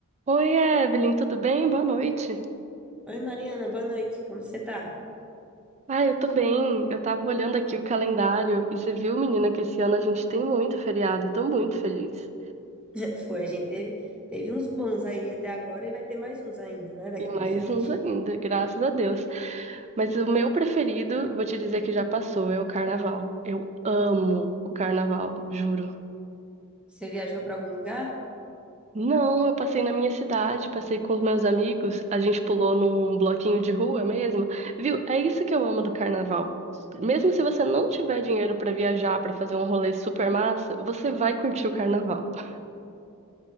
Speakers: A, on the right; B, in the centre.
A: Oi, Evelyn, tudo bem? Boa noite.
B: Oi, Mariana, boa noite. Como você tá?
A: Ah, eu tô bem. Eu tava olhando aqui o calendário e você viu, menina, que esse ano a gente tem muito feriado. Eu tô muito feliz.
B: <laughs> Foi, a gente teve, teve uns bons aí até agora e vai ter mais uns ainda, né, daqui
A: E mais
B: pra frente.
A: uns ainda, graças a Deus. Mas o meu preferido, vou te dizer que já passou, é o carnaval. Eu amo o carnaval, juro.
B: Você viajou pra algum lugar?
A: Não, eu passei na minha cidade, passei com os meus amigos, a gente pulou num bloquinho de rua mesmo. Viu? É isso que eu amo do carnaval. Mesmo se você não tiver dinheiro pra viajar, pra fazer um rolê super massa, você vai curtir o carnaval. <laughs>